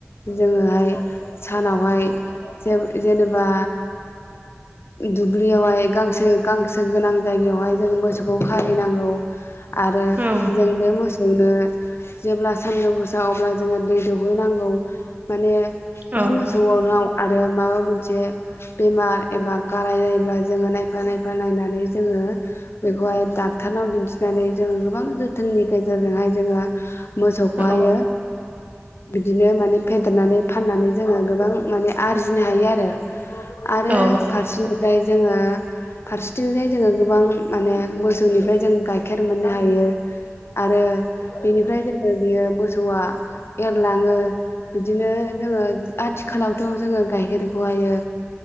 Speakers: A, on the left; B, on the right.
A: जोङोहाय सानावहाय जेनेबा दुब्लियावहाय गांसो गांसो गोनां जायगायावहाय जोंङो मोसौखौ खाय हैनांगौ आरो
B: उम
A: जों बे मोस सौनो जेब्ला सान्दुं गोसा अब्ला जोङो दै दौहैनांगौ माने बे
B: औ
A: मोसौआवनाव आरो माबा मोनसे बेमार एबा गाराय जायोब्ला जोङो नायफा नायफा नायनानै जोङो बेखौहाय डाक्टरनाव दिन्थिनानै जोङो गोबां जोथोननि गेजेरजोंहाय जोङो मोसौखौहायो
B: औ
A: बिदिनो माने फेद फेरनानै फाननानै जोङो गोबां माने आरजिनो हायो आरो आरो
B: औ
A: फारसेनिफ्राय जोङो फारसेथिंजाय जोङो गोबां माने मोस जुनिफ्राय जों गाइखेर मोननो हायो आरो बेनिफ्राय जों आरो बियो मोसौआ एरलाङो बिदिनो जोङो आथिखालावथ' जोङो गाइखेर खौहायो